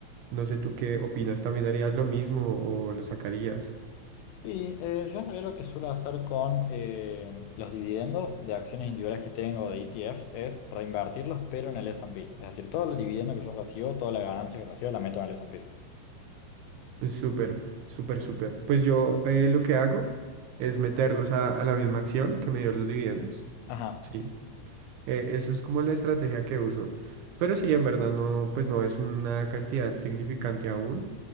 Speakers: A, on the right (about 75°); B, on the left (about 80°).
A: No sé tú qué opinas, ¿también harías lo mismo o lo sacarías?
B: Sí, eh, yo en realidad lo que suelo hacer con eh, los dividendos de acciones individuales que tengo de ETFs es reinvertirlos, pero en el S&P. Es decir, todo el dividendo que yo recibo, toda la ganancia que recibo, la meto en el S&P.
A: Súper, súper, súper. Pues yo eh, lo que hago es meterlos a, a la misma acción que me dio los dividendos.
B: Ajá.
A: Sí. Eh, eso es como la estrategia que uso. Pero sí, en verdad no, pues no es una cantidad significante aún.